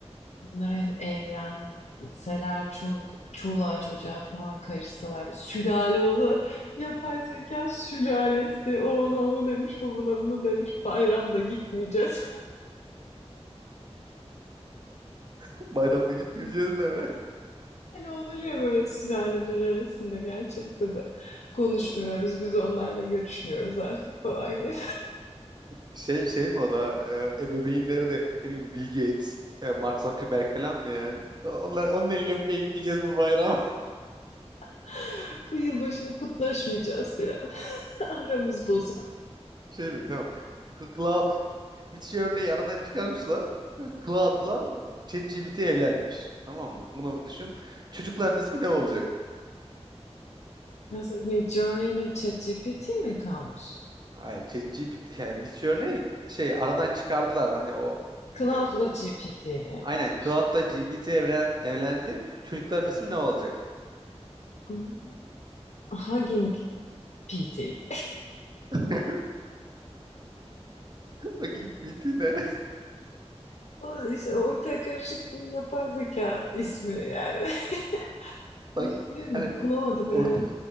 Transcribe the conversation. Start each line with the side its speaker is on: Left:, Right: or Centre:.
Left: bunlar hani evlenseler, çoluk, çoluğa çocuğa falan karışsalar bir sülale olsa yapay zeka sülalesi o onu onu demiş bu buna bunu demiş bayramda gitmeyeceğiz
Right: <laughs> Bayramda gitmeyeceğiz de mi?
Left: Hani olur ya böyle sülaleler arasında gerçekten de konuşmuyoruz.
Right: <laughs>
Left: Biz onlarla görüşmüyoruz artık falan gibi.
Right: Şey, şey mi o da e, ebeveynleri de ne bileyim Bill Gates, e, Mark Zuckerberg falan mı yani? Onlar onun elini öpmeye gitmeyeceğiz bu bayram. <laughs>
Left: <laughs> Bu yılbaşını kutlaşmayacağız bir an. <laughs> Aramız bozuk.
Right: Şey mi? Tamam. K- Cla müthiş örneği aradan çıkarmışlar. Cloud'la ChatGPT evlenmiş. Tamam mı? Bunu düşün. Çocukların ismi ne olacak?
Left: Nasıl, Midjourney ile ChatGPT mi kalmış?
Right: Hayır, ChatGPT yani Mitch örneği şey aradan çıkardılar. Hani o
Left: Cloud'la
Right: e,
Left: GPT evlenmiş.
Right: aynen Cloud'la G B T evren evlendi. Çocukların ismi ne olacak?
Left: Hmm, Hugging PT.
Right: <laughs> Bak GPT ne?
Left: O İşte ortaya karışık bir yapay zeka ismi yani. <laughs>
Right: <laughs>
Left: Başka
Right: Sanki
Left: bir şey
Right: hani
Left: bulamadım
Right: orta
Left: yani.